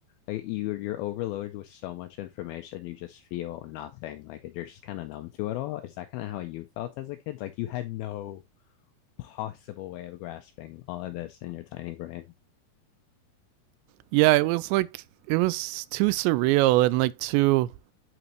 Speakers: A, on the left; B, on the right.
A: like you you're overloaded with so much information. You just feel nothing. Like you're just kind of numb to it all. Is that kind of how you felt as a kid? Like you had no possible way of grasping all of this in your tiny brain.
B: Yeah, it was like it was too surreal and like too